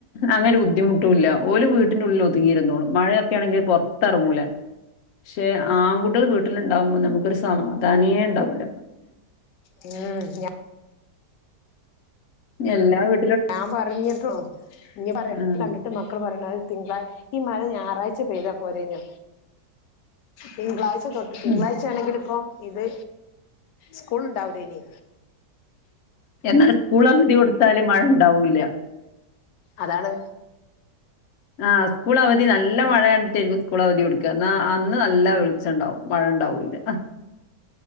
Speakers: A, on the left; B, on the left.
A: അങ്ങനെ ബുദ്ധിമുട്ടൂല്ല്യ ഓര് വീട്ടിന്റെ ഉള്ളിൽ ഒതുങ്ങിയിരുന്നോളും മഴയൊക്കെ ആണെങ്കിൽ പൊറത്ത്റങ്ങൂല പക്ഷെ ആൺകുട്ടികൾ വീട്ടിലുണ്ടാവുമ്പോൾ നമുക്കൊരു സമാധ തനിയേ ഇണ്ടാവൂല
B: ഉം ഞാ
A: എല്ലാ വീ
B: ഞാൻ പറഞ്ഞിട്ടോ ഇനി പറയണ
A: ആഹ്.
B: കണ്ടിട്ട് മക്കൾ പറയണത് തിങ്കള ഈ മഴ ഞായറാഴ്ച്ച പെയ്താ പോരഞ്ഞ തിങ്കളാഴ്ച്ച തൊട്ട് തിങ്കളാഴ്
A: ഉം.
B: ആണെങ്കിലിപ്പോ ഇത് സ്കൂൾണ്ടാവൂല ഇനി
A: എന്നാണ് സ്കൂൾ അവ വധി കൊടുത്താല് മഴ ഇണ്ടാവൂല്ല
B: അതാണ്
A: ആ സ്കൂൾ അവധി നല്ല മഴ കണ്ടിട്ടായിരിക്കും സ്കൂൾ അവധി കൊടുക്ക എന്നാ അന്ന് നല്ല വ് ച്ചണ്ടാവും മഴ ഇണ്ടാവൂല്ല